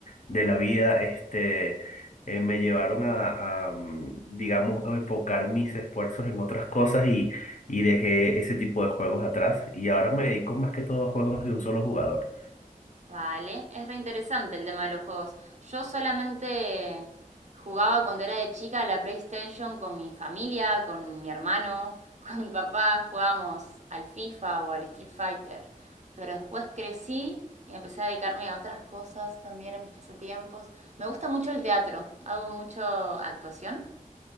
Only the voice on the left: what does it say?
de la vida, este, eh, me llevaron a, a, mm, digamos, a enfocar mis esfuerzos en otras cosas y dejé ese tipo de juegos atrás y ahora me dedico más que todo a juegos de un solo jugador.